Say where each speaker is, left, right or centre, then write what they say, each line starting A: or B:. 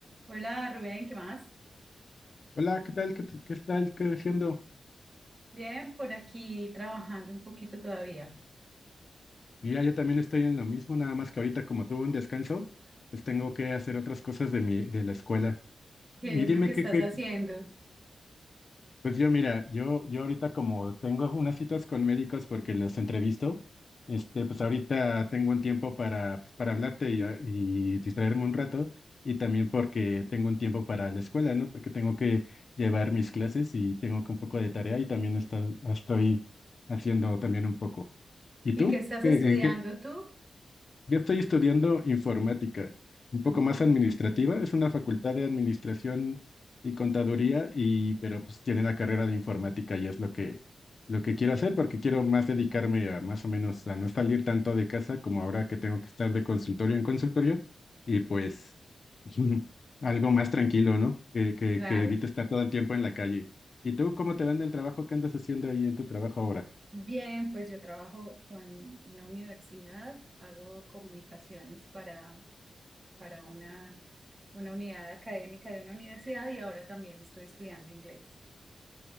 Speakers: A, on the right; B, on the left.
A: Hola Rubén, ¿qué más?
B: Hola, ¿qué tal? ¿Qué, t- qué tal creciendo?
A: Bien, por aquí trabajando un poquito todavía.
B: Mira, yo también estoy en lo mismo, nada más que ahorita como tuve un descanso, pues tengo que hacer otras cosas de mi, de la escuela.
A: ¿Qué
B: Y
A: es
B: dime
A: lo que estás
B: qué, qué-
A: haciendo?
B: pues yo mira, yo, yo ahorita como tengo unas citas con médicos porque los entrevisto, este, pues ahorita tengo un tiempo para, pues para hablarte y, a- y distraerme un rato, y también porque tengo un tiempo para la escuela, ¿no? Porque tengo que llevar mis clases y tengo que un poco de tarea y también está, estoy haciendo también un poco. ¿Y
A: ¿Y
B: tú?
A: qué estás
B: ¿Qué-
A: estudiando
B: ¿En qué?
A: tú?
B: Yo estoy estudiando informática, un
A: Ah,
B: poco más administrativa. Es una facultad de administración y contaduría, y, pero pues tiene la carrera de informática y es lo que, lo que quiero hacer porque quiero más dedicarme a más o menos a no salir tanto de casa como ahora que tengo que estar de consultorio en consultorio y pues <laughs> algo más tranquilo, ¿no? Que, que,
A: claro.
B: que evite estar todo el tiempo en la calle. ¿Y tú cómo te va en el trabajo? ¿Qué andas haciendo ahí en tu trabajo ahora?
A: Bien, pues yo trabajo con una universidad, hago comunicaciones para, para una, una unidad académica de una universidad y ahora también estoy estudiando inglés.